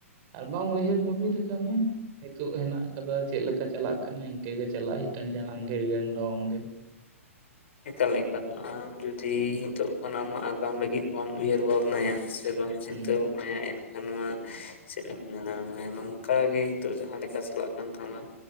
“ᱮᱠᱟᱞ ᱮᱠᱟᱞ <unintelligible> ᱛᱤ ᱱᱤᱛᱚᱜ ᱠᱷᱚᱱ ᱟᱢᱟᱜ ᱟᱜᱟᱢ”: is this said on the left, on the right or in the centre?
Left